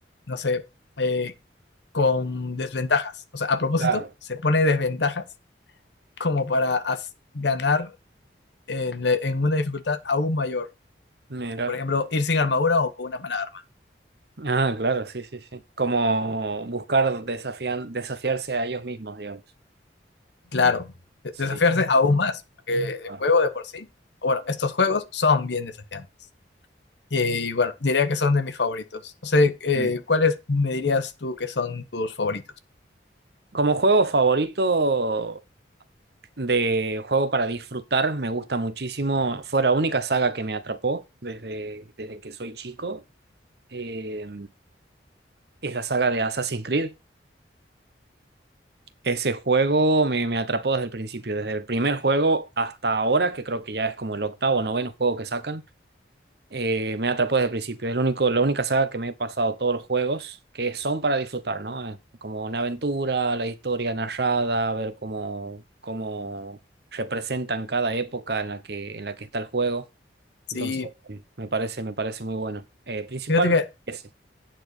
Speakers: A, on the left; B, on the right.
A: no sé, eh, con desventajas. O sea, a propósito,
B: Claro.
A: se pone desventajas como para as- ganar en, le- en una dificultad aún mayor.
B: Mira.
A: Por ejemplo, ir sin armadura o con una mala arma.
B: Ah, claro, sí, sí, sí. Como buscar desafian- desafiarse a ellos mismos, digamos.
A: Claro, de-
B: Sí.
A: desafiarse aún más, porque el
B: Ah.
A: juego de por sí, o bueno, estos juegos son bien desafiantes. Y bueno, diría que son de mis favoritos. No sé, eh,
B: Mm.
A: ¿cuáles me dirías tú que son tus favoritos?
B: Como juego favorito de juego para disfrutar, me gusta muchísimo. Fue la única saga que me atrapó desde, desde que soy chico. eh, es la saga de Assassin's Creed. Ese juego me, me atrapó desde el principio, desde el primer juego hasta ahora, que creo que ya es como el octavo o noveno juego que sacan. eh, me atrapó desde el principio. Es lo único, la única saga que me he pasado todos los juegos que son para disfrutar, ¿no? Eh, Como una aventura, la historia narrada, ver cómo, cómo representan cada época en la que, en la que está el juego.
A: Sí,
B: Entonces, eh, me parece, me parece muy bueno. Eh, principalmente
A: fíjate que
B: ese.